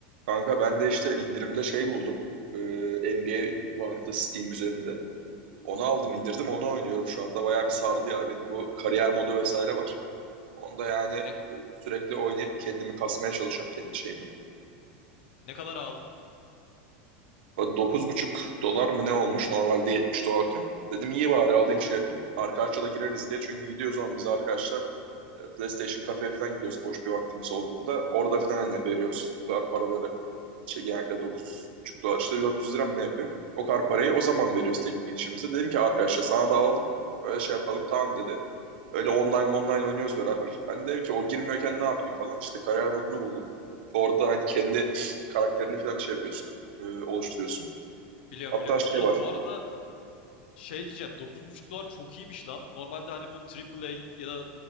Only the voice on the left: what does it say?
Ne,
ne kadar aldın?
Biliyorum
biliyorum.
Oğlum
bu arada şey diyeceğim dokuz buçuk dolar çok iyiymiş lan. Normalde hani bu A A A ya da